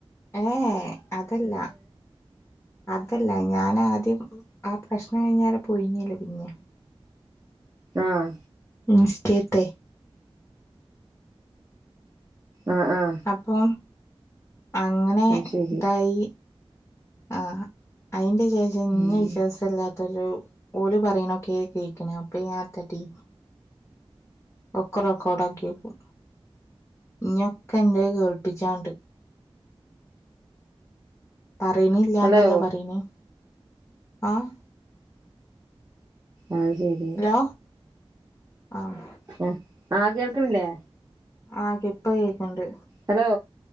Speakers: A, on the left; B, on the right.
A: ഏഹ് അതല്ല അതല്ല ഞാനാആദ്യം ആ പ്രശ്നം കഴിഞ്ഞാരെ പോയിനിയല്ലോ പിന്നെ
B: ആഹ്
A: ഉം സ്റ്റേത്തെ
B: ആഹ് ആഹ്
A: അപ്പൊ അങ്ങനെ
B: അത് ശരി
A: ഇതായി ആഹ് അതിന്റെ ശേഷം
B: ഉം
A: ഇന്നെ വിശ്വാസമല്ലാത്തൊരു ഓല് പറയണോ കേക്കണ് അപ്പ ഞാൻ എത്താട്ടി ഒക്കെ റെക്കോർഡ ആക്കി വക്കും ഇഞ്ഞ് ഒക്കെ എന്ത കേൾപ്പിച്ചാണ്ട് പറയാനില്ലാന്നല്ലേ
B: ഹലോ
A: പറ്ണ് ആഹ്
B: അഅ്ശരി
A: ഹലോ ആഹ്
B: ആ ആഹ് കേൾക്കണില്ലേ
A: ആഹ് ഇപ്പ കേക്ക്ണ്ട്
B: ഹലോ